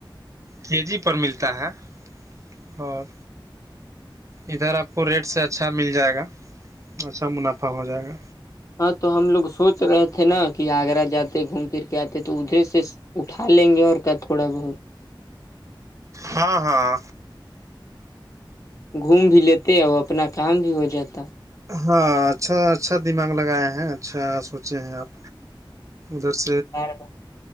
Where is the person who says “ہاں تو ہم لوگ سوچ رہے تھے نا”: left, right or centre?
Left